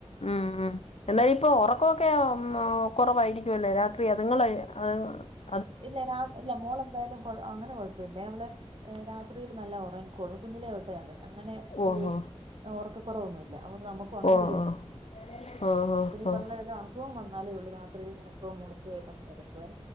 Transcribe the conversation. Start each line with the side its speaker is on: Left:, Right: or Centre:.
Left: ഉം ഉം എന്തായാലും ഇപ്പോ ഉറക്ക ക്കെ കൊറവായിരിക്കുവല്ലേ രാത്രി അതുങ്ങള് അ
Right: ഇല്ല രാ ഇല്ല മോളെന്തായാലും കൊ അങ്ങനെ കൊഴപ്പമില്ലേ അവള് രാത്രിയില് നല്ല ഉറങ്ങിക്കൊള്ളും കുഞ്ഞിലെതൊട്ടെ അതെ അങ്ങനെ
Left: ഓഹ്
Right: ഒരു ഒർക്കക്കൊ റവൊന്നുമില്ല അതുകൊണ്ട് നമുക്കും അങ്ങനെ
Left: ഓഹ്
Right: വലിയ
Left: ഓഹ്
Right: വിഷയമില്ല
Left: ഓഹ് ഓഹ് ഓഹ്
Right: പിന്നെ ഈ പറഞ്ഞപോലെ
Left: ഓഹ്
Right: വല്ല അസുഖം വന്നാലേ ഉള്ളൂ രാത്രിയില് ഞരക്കവും മൂളിച്ചയായിട്ടങ്ങ് കെടക്കുവേ